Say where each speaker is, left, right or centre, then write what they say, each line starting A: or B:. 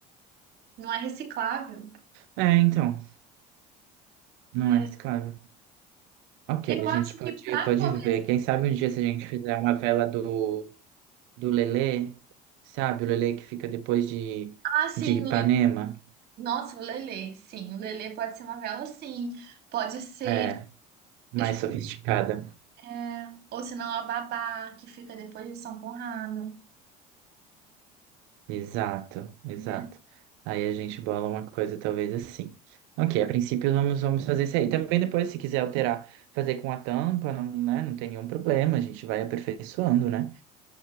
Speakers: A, on the right; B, on the right.
A: Não é reciclável.
B: É, então, não
A: É.
B: é, claro. Ok,
A: Eu
B: a
A: acho
B: gente pode,
A: que pra
B: pode
A: começar,
B: ver. Quem sabe um dia se a gente fizer uma vela do, do Lelê, sabe? O Lelê que fica depois de,
A: assim,
B: de Ipanema.
A: Nossa, o Lelê, sim. O Lelê pode ser uma vela, sim. Pode ser,
B: É, mais
A: deixa
B: sofisticada.
A: eu- é, ou senão a Babá, que fica depois de São Conrado,
B: Exato, exato.
A: né?
B: Aí a gente bola uma coisa talvez assim. Ok, a princípio vamos, vamos fazer isso aí. Também depois, se quiser alterar, fazer com a tampa, não, né, não tem nenhum problema. A gente vai aperfeiçoando, né?